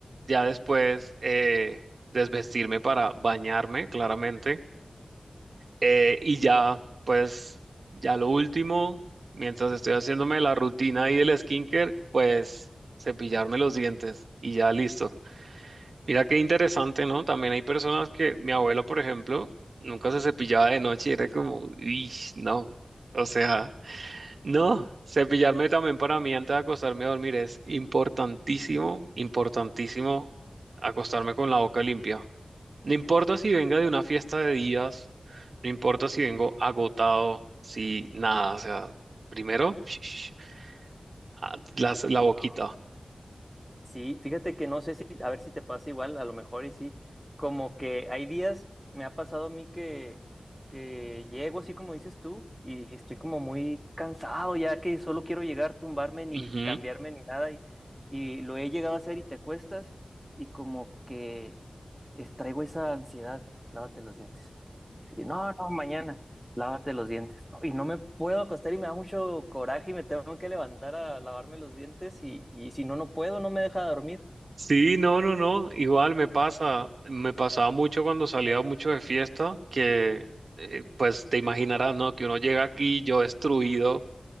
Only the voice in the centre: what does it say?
Ajá. Sí, fíjate que no sé si, a ver si te pasa igual, a lo mejor y sí, como que hay días, me ha pasado a mí que, que llego así como dices tú y estoy como muy cansado ya que solo quiero llegar, tumbarme ni
cambiarme ni nada y, y lo he llegado a hacer y te acuestas y como que es- traigo esa ansiedad, lávate los dientes. Y no, no, mañana, lávate los dientes. No, y no me puedo acostar y me da mucho coraje y me tengo que levantar a lavarme los dientes y, y si no, no puedo, no me deja dormir.